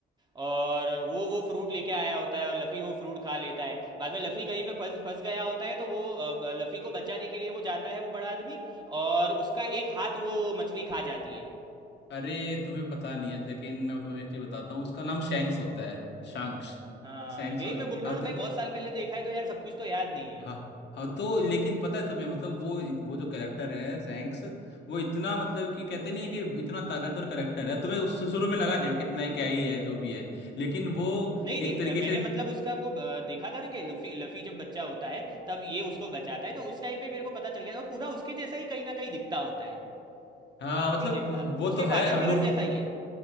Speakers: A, on the right; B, on the left.
A: और वो वो फ्रूट लेके आया होता है और लफ़ी वो फ्रूट खा लेता है बाद में लफ़ी कहीं पे फंस फंस गया होता है तो वो अ, लफ़ी को बचाने के लिए वो जाता है वो बड़ा आदमी और उसका एक हाथ वो मछली खा जाती है
B: अरे तुम्हें पता नहीं है लेकिन मैं तुम्हें एक चीज बताता हूँ उसका नाम शैंक्स होता है शांक्स
A: हाँ
B: शैंक्स
A: यही
B: हो-
A: मैं बोल रहा
B: हाँ
A: हूँ
B: तो
A: ना भाई बहुत साल पहले देखा है तो यार सब कुछ तो याद नहीं है
B: हाँ हाँ तो लेकिन पता है तुम्हें मतलब वो वो जो करेक्टर है सैंक्स वो इतना मतलब कि कहते नहीं कि इतना ताकतवर करेक्टर है तुम्हें उस- शुरू में लगा देगा कितना ही क्या ही है जो भी है लेकिन वो
A: नहीं
B: एक
A: नहीं
B: तरीके
A: मैंने
B: से
A: मतलब उसका वो अ, देखा था ना कि लफ़ी लफ़ी जब बच्चा होता है तब ये उसको बचाता है तो उस टाइम पे मेरे को पता चल गया वो पूरा उसके जैसा ही कहीं ना कहीं दिखता होता है
B: हाँ
A: लफ़ी
B: मतलब
A: जैसा
B: उस- वो
A: उसके
B: तो है
A: फादर
B: अब
A: फिगर
B: लोग
A: जैसा ही है